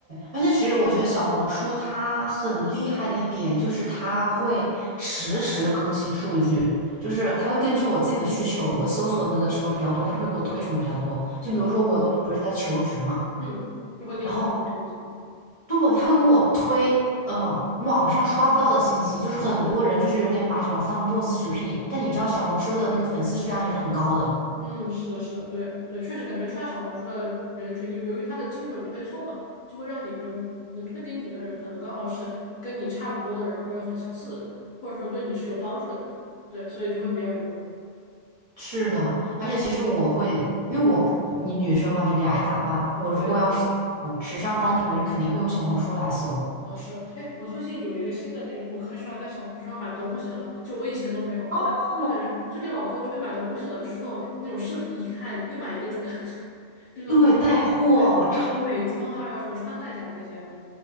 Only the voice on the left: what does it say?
是的，嗯，就会给你推一个车子。
嗯，是的，是的，对对，确实感觉刷小红书的人群，由由于它的精准推送嘛，就会让你，比如能推给你的人，可能刚好是跟你差不多的人，或者很相似的人，或者说对你是有帮助的人，对，所以就会比较有用。
对对对，
哦是，哎，我最近有一个新的那种，我可喜欢在小红书上买东西了，就我以前都没有，后来就感觉最近老给我推买东西的，
就是那种那种视频，一看一买一个准，<laughs> 就是那种什么美，
对，什么美妆啊，然后什么穿戴甲那些。